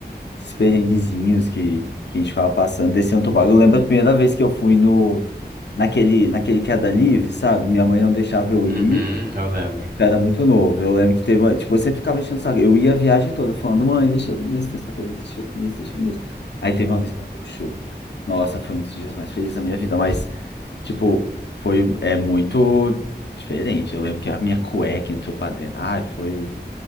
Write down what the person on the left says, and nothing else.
esses perrenguezinhos que, que a gente ficava passando, descendo o toboágua. Eu lembro a primeira vez que eu fui no, naquele, naquele queda livre, sabe? Minha mãe não deixava eu
ir,
eu era muito novo. Eu lembro que teve uma, tipo, eu sempre ficava enchendo o saco. Eu ia a viagem toda falando, mãe, deixa eu ir nesse dessa vez, deixa eu ir nesse, deixa eu ir nesse. Aí teve uma vez que eu show. Nossa, foi um dos dias mais felizes da minha vida, mas,
tipo, foi, é muito diferente. Eu lembro que a minha cueca entrou pra dentro. Ai, foi